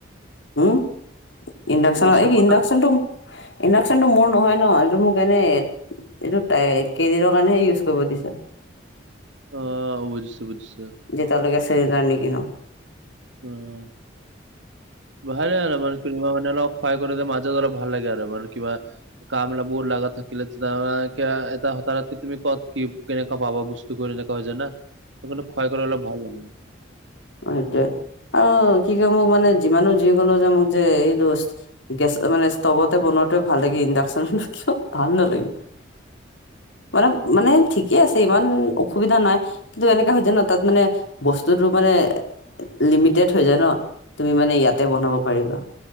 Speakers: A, on the left (about 75°); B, on the right (about 80°).
A: উম, ইণ্ডাকশচন
B: ইণ্ডাকশ্যন
A: এই
B: বনাত
A: ইডাকচন টো ইণ্ডাকশচনতটো মোৰ নহয় ন' এইটো মোক এনেই এইটো তাই কেইদিনৰ কাৰণেহে ইউজ কৰিব দিছে।
B: অ, বুজিছোঁ-বুজিছোঁ।
A: যেতিয়ালৈকে চিলিণ্ডাৰ নিকিনো,
B: উম, ভালে আৰু মানে কিবা মানে অলপ কয় কৰি মাজত অলপ ভাল লাগে আৰু মানে কিবা, কাম বিলাক বোৰ লাগাত থাকিল এটা হতাত কি তুমি ক'ত কি কেনেকা পাবা বস্তু কৰি কেনেককা হৈ যানা সেই কাৰণে খুৱাই গলে ভাল লাগে।
A: সেইটয়ে আৰু কি কয় মোক মানে যিমানো যি কলো যে মোক যে এই দস গেছ মানে ষ্টভতে বনোৱাাতোৱে ভাল লাগে ইণ্ডাকচন কিয় ভাল নালাগে। মানে-মানে ঠিকেই আছে ইমান, অসুবিধা নাই কিন্তু এনেককাে হয় জানা তাত মানে বস্তুতটো মানে, লিমিটেড হৈ যায় ন তুমি মানে ইয়াতে বনাব পাৰিবা।